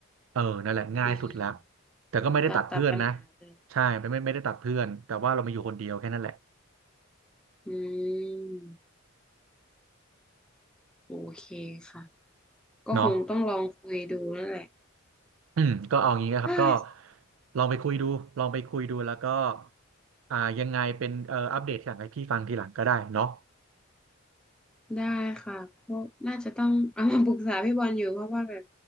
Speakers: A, on the right; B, in the centre.
A: เออนั่นแหละง่ายสุดละ
B: อืม
A: แต่ก็ไม่ได้ตัดเพื่อนนะ
B: ตัดตัดปัญหาเลย
A: ใช่ไม่ไม่ไม่ได้ตัดเพื่อนแต่ว่าเรามาอยู่คนเดียวแค่นั้นแหละ
B: อืมโอเคค่ะก็คงต้องลองคุยดูนั่นแหละ
A: เนาะอืมก็เอางี้นะครับก็
B: อ่า
A: ลองไปคุยดูลองไปคุยดูแล้วก็อ่ายังไงเป็นเอ่ออัปเดตอยหลงให้พี่ฟังทีหลังก็ได้เนาะ
B: ได้ค่ะก็น่าจะต้องเอามาปรึกษาพี่บอลอยู่เพราะว่าแบบ